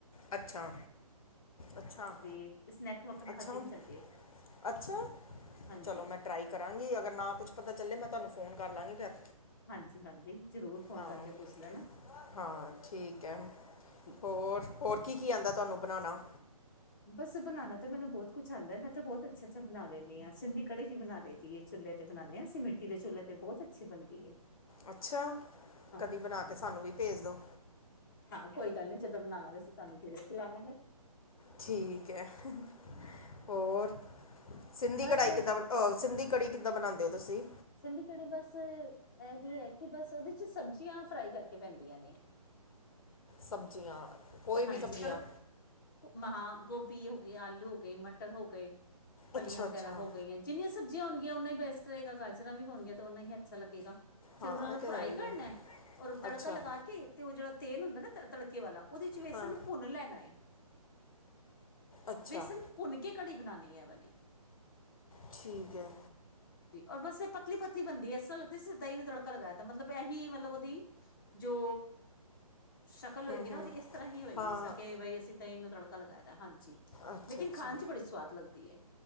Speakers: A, on the left; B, on the left.
A: ਅੱਛਾ -ਅੱਛਾ-
B: ਏ ਸਨੈਕ ਵਕਨ
A: ਅੱਛਾ
B: ਖਾਧੀ ਵੀ ਜਾਂਦੀ ਏ
A: -ਅੱਛਾ
B: ਹਾਂਜੀ।
A: ਚਲੋ, ਮੈਂ ਟਰਾਈ ਕਰਾਂਗੀ ਅਗਰ ਨਾ ਕੁਛ ਪਤਾ ਚੱਲੇ ਮੈਂ ਤੁਹਾਨੂ ਫੋਨ ਕਰ ਲਾਂਗੇ ਫਿਰ
B: ਹਾਂਜੀ- ਹਾਂਜੀ। ਜ਼ਰੂਰ ਫੋਨ
A: ਹਾਂ,
B: ਕਰਕੇ ਪੁੱਛ ਲੈਣਾ
A: ਹਾਂ ਠੀਕ ਹੈ।
B: ਠੀਕ
A: ਹੋਰ, ਹੋਰ ਕੀ ਕੀ ਆਂਦਾ ਤੁਆਨੂੰ ਬਣਾਣਾ।
B: ਬਸ ਬਣਾਣਾ ਤਾਂ ਮੈਨੂੰ ਬੋਤ ਕੁਛ ਆਂਦਾ ਹੈ। ਮੈਂ ਤਾਂ ਬੋਤ ਅੱਛਾ -ਅੱਛਾ ਬਣਾ ਲੈਂਦੀ ਆ। ਸਿੰਧੀ ਕੜੀ ਵੀ ਬਣਾ ਲਈਦੀ ਚੁੱਲੇ ਤੇ ਬਣਾਂਦੇ ਹਾਂ ਅਸੀਂ ਮਿੱਟੀ ਦੇ ਚੁੱਲ੍ਹੇ ਤੇ ਬਹੁਤ ਅੱਛੀ ਬਣਦੀ ਏ,।
A: ਅੱਛਾ,
B: ਹਾਂ
A: ਕਦੀ ਬਣਾ ਕੇ ਸਾਨੂੰ ਵੀ ਭੇਜ ਦੋ।
B: ਹਾਂ, ਕੋਈ ਗੱਲ ਨੀ ਜਦੋਂ ਬਣਾਵਾਂਗੇ ਅਸੀ ਤਾਨੂਂ ਜਰੂਰ ਖਿਲਾਂਵਾਗੇਂ।
A: ਠੀਕ ਹੈ, ਹੰਹ, ਹੋਰ। ਸਿੰਧੀ
B: ਬਸ
A: ਕਢਾਈ ਕਿੱਦਾਂ ਅ ਸਿੰਧੀ ਕੜੀ ਕਿੱਦਾਂ ਬਣਾਉਂਦੇ ਔ ਤੁਸੀਂ।
B: ਸਿੰਧੀ ਕੜੀ ਬਸ ਇਹੀ ਹੈ ਕਿ ਬਸ ਔਹਦੇ ਚ ਸਬਜ਼ੀਆਂ ਫਰਾਈ ਕਰਕੇ ਪੈਂਦੀਆਂ ਨੇ।
A: ਸਬਜ਼ੀਆਂ ਕੋਈ ਵੀ
B: ਹਾਂਜੀ,
A: ਸਬਜ਼ੀਆਂ
B: ਪਰ ਔ, ਹਾਂ ਗੋਭੀ ਹੋ ਗਏ, ਆਲੂ ਹੋ ਗਏ, ਮ ਟਰਨਜ ਹੋ ਗਏ। ਫਲੀਆਂ
A: ਅੱਛਾ
B: ਵਗੈਰਾ
A: ਅੱਛਾ
B: ਹੋ ਗਈਆਂ, ਜਿੰਨੀਆਂ ਸਬਜ਼ੀਆਂ ਆਵਣ ਯਾ ਔਨਾ ਹੀ ਬੈਸਟ ਰਹੇਗਾ। ਗਾਜਰਾਂ ਵੀ ਹੋਣਗੀਆਂ ਤੇ ਉਹਨਾ ਹੀ ਅੱਛਾ ਲੱਗੇਗਾ। ਚੰਗਰਾ
A: ਹਾਂ
B: ਨੂੰ
A: ਇਹ ਤਾਂ
B: ਫਰਾਈ
A: ਹੈ ਹੀ
B: ਕਰਨਾ,
A: ਹੈ
B: ਔਰ ਤੜਕਾ
A: ਅੱਛਾ
B: ਲਗਾ ਕੇ ਤੇ ਔਹ ਜਿਹੜਾ ਤੇਲ ਹੁੰਦਾ ਨਾ ਤ-ਤੜਕੇ ਵਾਲਾ। ਉਹਦੇ ਵਿੱਚ ਵੇਸਣ
A: ਹਾਂ
B: ਨੂੰ ਭੁੰਨ ਲੈਣਾ ਏ।
A: ਅੱਛਾ
B: ਵੇਸਨ ਭੁੰਨ ਕੇ ਕੜੀ ਬਣਾਣੀ <unintelligible> ਵਾਲੀ।
A: ਠੀਕ ਹੈ।
B: ਔ ਵੈਸੇ ਪਤਲੀ-ਪਤਲੀ ਬਣਦੀ ਏ। ਇਸ ਲਗਦਾ ਸੀ ਦਈ ਨੂ ਤੜਕਾ ਲਗਾ ਦ ਮਤਲਬ ਇਹੀ ਮਤਲਬ ਉਹਦੀ ਜੋ ਸ਼ਕਲ ਹੋਏਗੀ
A: ਹੂੰ
B: ਨਾ
A: ਹੂੰ
B: ਉਹਦੀ ਇਸ ਤਰ੍ਹਾਂ ਹੀ ਹੋਏਗੀ,
A: ਹਾਂ
B: ਜਿਸਰਾ ਕੇ ਬਈ ਅਸੀਂ ਦਈ ਨੂੰ ਤੜਕਾ ਲਗਾਏਦਾ, ਹਾਂਜੀ।
A: ਅੱਛਾ-ਅੱਛਾ,
B: ਲੇਕਿਨ ਖਾਣ ਚ ਬੜੀ ਸਵਾਦ ਲੱਗਦੀ ਹੈ।